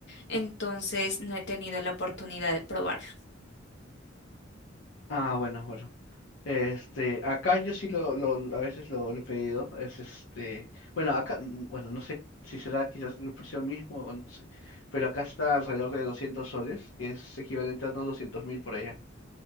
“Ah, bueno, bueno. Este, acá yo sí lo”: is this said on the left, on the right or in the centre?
Left